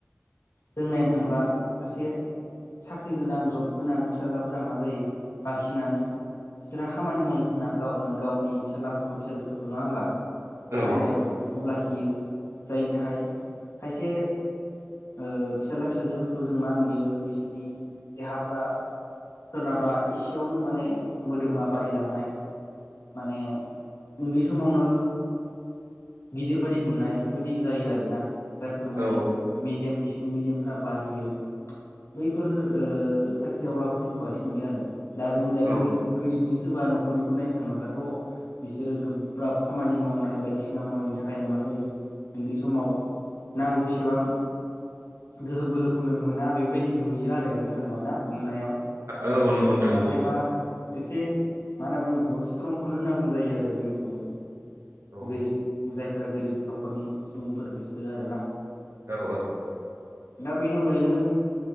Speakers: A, on the left (about 85°); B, on the right (about 80°).
A: जों नायनो थांबा सासे साख्रि गोनां जब गोनां फिसालाफोरा मा जायो बांसिनानो बिसोरहा खामानि मावनो थोना गाव गावनि फिसालाफोरखौ फिसाजोफोरखौ नङा होमबा फरायनायाव
B: औ
A: मुखुब लाखियो जायनि थाखाय खायसे ओ फिसाला फिसाजोफोरखौ जों मा नुयो बिसोरनि देहाफोरा सोरनाबा एसेयावनो माने मोदोमा बारिलांनाय माने उन्दै समावनो गिदिर बादि नुनाय बेफोरबायदि जायो आरोना जायफोर माने
B: औ
A: मेजेम बिस मेजेमफोरा बारियो बैफोर ओ साख्रिआवलाफोरनिखौ बांसिन नुयो आरो दा जोंनि दा
B: औ
A: गोरिब गोरिबनि सोरबा न'खरनिखौ नायनो थाङोब्लाथ' बिसोरो गोब्राब खामानि मावनाय बायदिसिना मावनायनि थाखायनो मा नो उन्दै समाव नांगौ एसेबां गोहो बोलोखौनो मोना बेबायदि नुयो आरो बुंनो थाङोबा ना नुनायाव
B: औ नंगौ नोंथां
A: नाथायबा
B: नंगौ
A: एसे मा होनना बुङो बेखौ स्ट्रिंखौनो होनना बुंजायो आरो जोंनिखौबो
B: औ
A: गोरिब जायफोरा गोरिब न'खरनि सुबुंफोर बिसोरो आरोना
B: औ औ
A: दा बेनि अनगायैनो